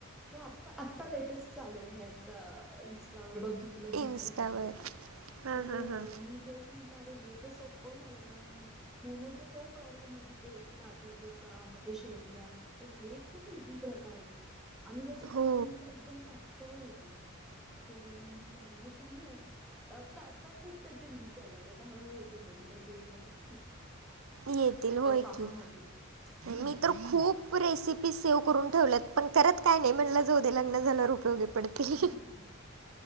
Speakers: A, in the centre; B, on the right.
A: हे आत्ता. आत्ता लेटेस्ट चालू आहे हे. आता इंस्टावर बघ तू तुला दिसेल
B: इन्स्टावर
A: कधीतरी.
B: हां
A: तर
B: हां हां
A: मी तेच म्हटलं. अरे हे तर सोप्पं झालं कारण- मोमोचा तो प्रॉब्लेम आहे कि ते लाटत बसा मग ते शेप द्या. तर हे खूप इझी प्रकार आहे. आणि त्याचं कोटिंग
B: हो
A: पण एकदम पातळ होत. तर मी म्हटलं अरे हे चांगलं आहे. आत्ता आत्ता खूप त्याचे रील चालायलेत. आता हळूहळू येतील बघ तुझ्या फील्डला पण येतील.
B: येतील.
A: तेव्हा
B: होय
A: पहा
B: की.
A: मग तू. हं.
B: मी तर खूप- रेसिपी सेव्ह करून ठेवल्यायेत. पण करत काय नाही म्हणलं जाऊ दे लग्न झाल्यावर उपयोगी- पडतील
A: ह हा.